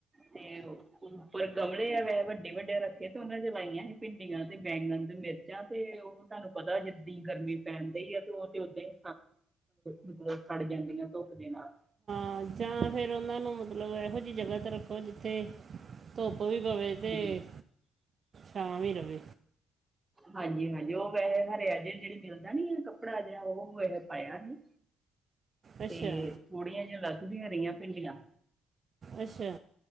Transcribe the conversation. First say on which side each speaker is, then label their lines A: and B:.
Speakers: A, on the right; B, on the right.
A: ਤੇ ਔਹ ਉੱਪਰ ਗਮਲੇ ਆ ਵੈ ਵੱਡੇ-ਵੱਡੇ ਰੱਖੇ ਤੇ ਉਹਨਾਂ ਚ ਲਾਈਆਂ ਸੀ, ਭਿੰਡੀਆਂ ਤੇ ਬੈਂਗਣ ਤੇ ਮਿਰਚ। ਮਿਰਚਾਂ ਤੇ ਉਹ ਤੁਹਾਨੂੰ ਪਤਾ ਜਿੱਦ ਗਰਮੀ ਪੈਂਣ ਦੀਈ ਆ ਤੇ ਉਹ ਤੇ ਓਦਾਂ ਹੀ ਮਤਲਬ ਸੜ ਜਾਂਦੀਆਂ ਧੁੱਪ ਦੇ ਨਾਲ
B: ਮਰਚਾ ਜਾਂ ਫੇਰ ਉਹਨਾਂ ਨੂੰ ਮਤਲਬ ਇਹੋ ਜਿਹੀ ਜਗ੍ਹਾ ਤੇ ਰੱਖੋ ਜਿੱਥੇ ਧੁੱਪ ਵੀ ਪਵੇ ਤੇ
A: ਹਾਂਜੀ
B: ਛਾਂ ਵੀ ਰਵੇ।
A: ਹਾਂਜੀ-ਹਾਂਜੀ, ਉਹ ਵੈਸੇ ਹਰਿਆ ਜਾ ਜਿਹੜਾ ਮਿਲਦਾ ਨੀ ਕੱਪੜਾ ਜਿਹੜਾ ਉਹ ਵੈਸੇ ਪਾਇਆ ਸੀ।
B: ਅੱਛਾ
A: ਤੇ ਥੋੜੀਆਂ ਜਿਆਂ ਲੱਗਦੀਆਂ ਰਹੀਆਂ ਭਿੰਡੀਆਂ
B: ਅੱਛਾ।